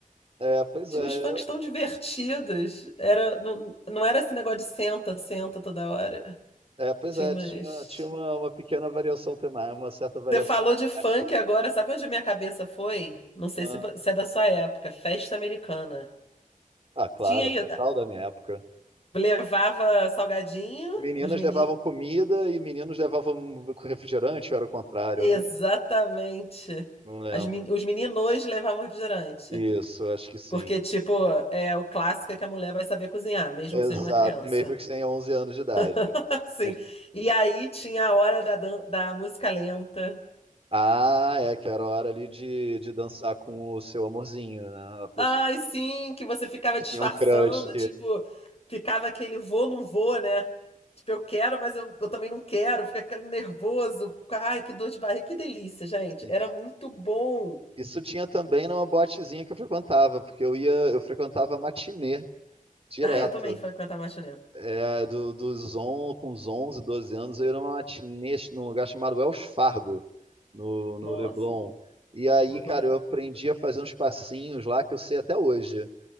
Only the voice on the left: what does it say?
Tinha
uns funks tão divertidos. Era, não, não era esse negócio de senta, senta toda hora.
Tinha
umas.
Você falou de funk
agora, sabe onde minha cabeça foi? Não sei
se, vo- se é da sua época, festa americana.
Tinha aí,
levava salgadinho,
os meninos,
Exatamente.
As men- os meninos levavam refrigerante.
Porque, tipo, é o clássico é que a mulher vai saber cozinhar, mesmo
que seja uma criança.
<laughs> Sim.
E aí tinha a hora da, dan- da música lenta.
Ai, sim, que você ficava
disfarçando,
tipo, ficava aquele vou, não vou, né? Tipo, eu quero, mas eu, eu também não quero, fica aquele nervoso. Ai, que dor de barriga, que delícia, gente.
Era muito bom.
Ai, eu também frequentava matinê.
Nossa,
nunca